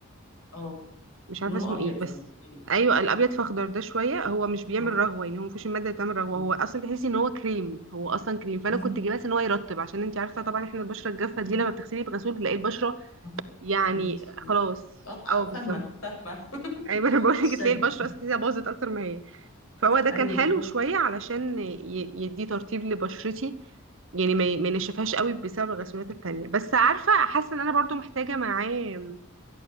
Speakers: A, on the left (about 75°); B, on the right (about 65°).
A: اه
B: مش
A: لونه
B: عارفه اسمه
A: ابيض
B: ايه بس
A: يعني كريمي
B: ايوه الابيض فاخضر ده شويه هو مش بيعمل
A: اه
B: رغوه يعني هو مفيش الماده اللي بتعمل رغوه
A: م-
B: هو اصلا تحسي ان هو كريم هو اصلا كريم فانا
A: م-
B: كنت جايباه ان هو يرطب عشان انت عارفه طبعا احنا البشره الجافه دي
A: م-
B: لما بتغسلي بغسول تلاقي البشره
A: م.
B: يعني
A: انتي
B: خلاص
A: اه
B: اه
A: فاهمه
B: بالظبط
A: فاهمه
B: ايوه
A: <laughs>
B: انا بقول
A: الشد
B: لك تلاقي البشره اصلا تحسيها باظت اكتر ما هي فهو ده
A: ايوه
B: كان حلو
A: بالظبط
B: شويه علشان ي- يدي ترطيب لبشرتي يعني ما ما ينشفهاش قوي بسبب الغسولات التانية بس عارفة حاسة ان انا برضو محتاجة معاه